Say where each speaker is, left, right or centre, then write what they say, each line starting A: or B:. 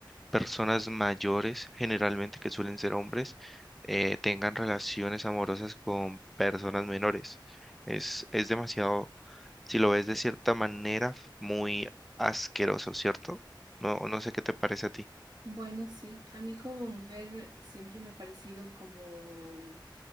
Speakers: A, in the centre; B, on the right.
A: personas mayores, generalmente que suelen ser hombres, eh, tengan relaciones amorosas con personas menores. Es, es demasiado, si lo ves de cierta manera, muy asqueroso, ¿cierto? No, no sé qué te parece a ti.
B: Bueno, sí, a mí como mujer siempre me ha parecido como,